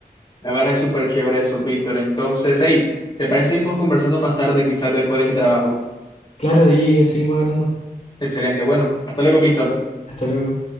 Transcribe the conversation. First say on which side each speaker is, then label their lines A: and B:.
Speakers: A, on the left; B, on the left.
A: Me parece súper chévere eso, Víctor. Entonces, hey, ¿te parece que seguimos conversando más tarde, quizás después de mi trabajo?
B: Claro, de ahí seguimos hablando.
A: Excelente. Bueno, hasta luego, Víctor.
B: Hasta luego.